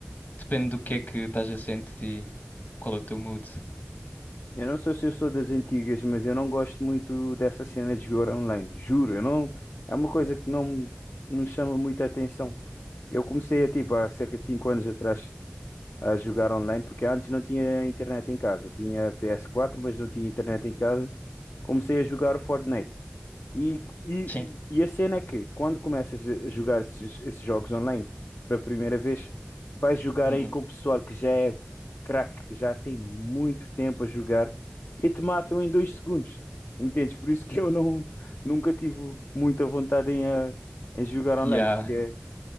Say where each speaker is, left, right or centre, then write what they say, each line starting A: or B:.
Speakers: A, on the left; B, on the left.
A: depende do que é que estás a sentir. Qual é o teu mood?
B: Eu não sei se eu sou das antigas, mas eu não gosto muito dessa cena de jogar online. Juro, eu não. É uma coisa que não me não chama muita atenção. Eu comecei a, tipo, há cerca de 5 anos atrás a jogar online, porque antes não tinha internet em casa. Tinha PS4, mas não tinha internet em casa. comecei a jogar o Fortnite. E, e,
A: Sim.
B: e a cena é que quando começas a jogar esses, esses jogos online pela primeira vez, vais jogar
A: Uhum.
B: aí com o pessoal que já é craque, que já tem muito tempo a jogar e te matam em dois segundos. Entendes? Por isso que eu não, nunca tive muita vontade em, eh, em jogar online,
A: e yeah.
B: porque